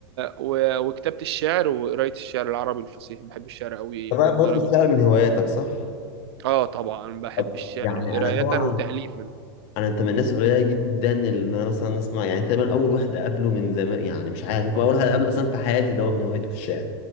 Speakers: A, on the right; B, on the left.
A: و... وكتابة الشعر وقراية الشعر العربي الفصيح بحب الشعر قوي
B: انت
A: يعني
B: بقى
A: لدرجة
B: برضه الشعر من هواياتك صح؟
A: اه طبعا بحب
B: طب
A: الشعر
B: يعني
A: قراية
B: انا طبعا
A: وتأليفا
B: انا انت من الناس القليله جدا اللي انا مثلا اسمع يعني تقريبا اول واحد اقابله من زمان يعني مش عارف ممكن اول واحد اقابله اصلا في حياتي اللي هو من هوايته الشعر